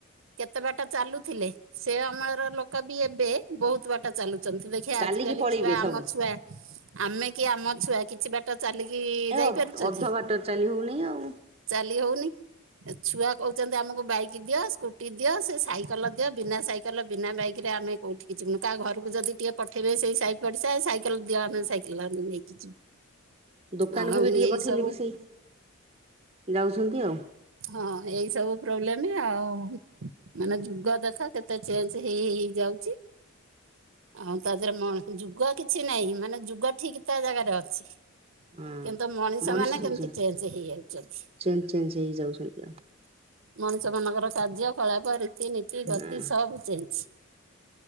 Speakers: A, on the right; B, on the right.
A: କେତେ ବାଟ ଚାଲୁଥିଲେ। ସେ ଅମଳାର ଲୋକ ବି ଏବେ ବୋହୁତ ବାଟ ଚାଲୁ ଚନ୍ତି ଦେଖିଆ
B: ଚାଲିକି
A: ଆଜିକାଲି
B: ପଳେଇବେ
A: ଛୁଆ ଆମଛୁଆ
B: ସବୁ
A: ଆମେ କି ଆମଛୁଆ କିଛି ବାଟ ଚାଲିକି
B: ଏ
A: ଯାଇପାରୁଚ
B: ଅଧ
A: କି?
B: ବାଟ ଚାଲି ହଉନି ଆଉ
A: ଚାଲି ହୋଉନି ଛୁଆ କହୁଚନ୍ତି ଆମକୁ ବାଇକ ଦିଅ ସ୍କୁଟି ଦିଅ ସେ ସାଇକେଲ ଦିଅ ବିନା ସାଇକେଲ ବିନା ବାଇକ ରେ ଆମେ କୋଉଠିକି ଯିବୁନୁ କାହା ଘରକୁ ଯଦି ଟିକେ ପଠେଇବେ ସେଇ ସାଇ ପଡିସା ସାଇକେଲ ଦିଅ ଆମେ ସାଇକେଲ ନେଇକି ଯିବୁ।
B: ଦୋକାନକୁୁ
A: ଆଉ
B: ବି ଟିକେ
A: ଏଇ
B: ପଠେଇଲେ
A: ସବୁ
B: ବି ସେଇ ଯାଉଚନ୍ତି ଆଉ।
A: ହଁ ଏଇ ସବୁ ପ୍ରୋବ୍ଲେମ ଆଉ ମାନେ ଯୁଗ ଦେଖ କେତେ ଚେଞ୍ଜେ ହେଇହେଇ ଯାଉଚି। ଆଉ ତା ଦେହରେ ମ ଯୁଗ କିଛି ନାଇଁ ମାନେ ଯୁଗ ଠିକ୍ ତା ଜାଗାରେ ଅଛି।
B: ହଁ
A: କିନ୍ତୁ ମଣିଷମାନେ
B: ମଣିଷ ସବୁ
A: କେମିତି
B: ଚେଞ୍ଜ
A: ଚେଞ୍ଜେ ହେଇ ଯାଉଚନ୍ତି।
B: ଚେଞ୍ଜ ଚେଞ୍ଜ ହେଇଯାଉଚନ୍ତି ଆ
A: ମଣିଷମାନଙ୍କର କାର୍ଯ୍ୟକଳାପ ରୀତିନୀତି
B: ହଁ
A: ଗତି ସବୁ ଚେଞ୍ଜ।